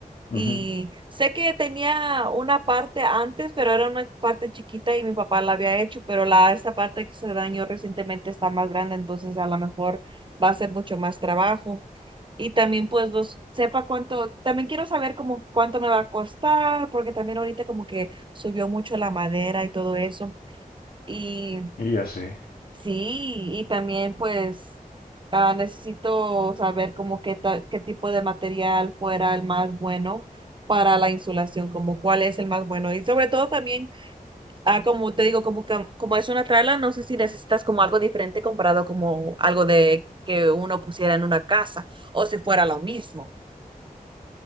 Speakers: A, on the left; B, on the right.
A: Ujú,
B: Y sé que tenía una parte antes, pero era una parte chiquita y mi papá la había hecho, pero la, esa parte que se dañó recientemente está más grande, entonces a lo mejor va a ser mucho más trabajo. Y también pues los, sepa cuánto, también quiero saber como cuánto me va a costar, porque también ahorita como que subió mucho la madera y todo eso. Y
A: Y ya sé.
B: Sí, y también pues ah, necesito saber como qué ta- qué tipo de material fuera el más bueno para la insulación, como cuál es el más bueno. Y sobre todo también, ah, como te digo, como, cam- como es una trala, no sé si necesitas como algo diferente comparado como algo de que uno pusiera en una casa o si fuera lo mismo.